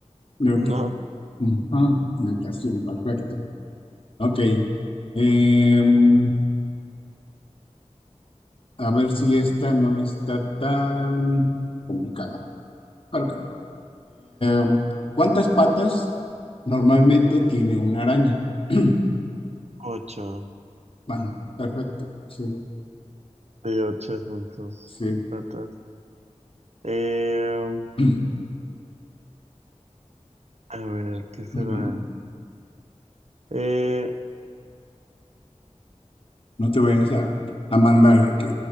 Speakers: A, on the left (about 50°); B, on the right (about 65°).
A: ok.
B: No,
A: Ujú, Natación, perfecto. Ok. em, a ver si esta no está tan complicada. Claro que no. Em, ¿cuántas patas normalmente tiene una araña? <clears throat>
B: ocho.
A: Ajá, perfecto. Sí,
B: Sí, ocho son sus,
A: sí.
B: sus patas. Eh,
A: <clears throat>
B: a ver, ¿qué será?
A: Ujú.
B: Eh,
A: No te vayas a, a mandar de que